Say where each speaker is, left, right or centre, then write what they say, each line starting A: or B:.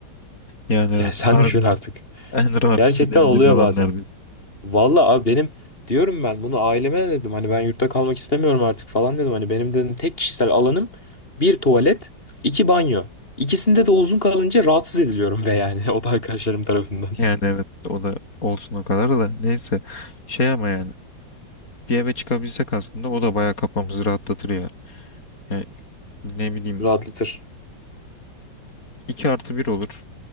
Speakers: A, on the left (about 45°); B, on the left (about 30°).
A: yani evet
B: Ya sen
A: harbiden
B: düşün artık.
A: <laughs> en rahat
B: Gerçekten
A: hissedebildiğin
B: oluyor
A: alan
B: bazen.
A: neredeyse.
B: Vallahi abi benim diyorum ben bunu aileme de dedim hani ben yurtta kalmak istemiyorum artık falan dedim. Hani benim dedim tek kişisel alanım bir tuvalet, iki banyo. ikisinde de uzun kalınca rahatsız ediliyorum ve yani <laughs> o da arkadaşlarım tarafından.
A: Yani evet o da olsun o kadar da neyse şey ama yani bir eve çıkabilsek aslında o da bayağı kafamızı rahatlatır ya. Yani ne bileyim
B: Rahatlatır.
A: 2 artı bir olur.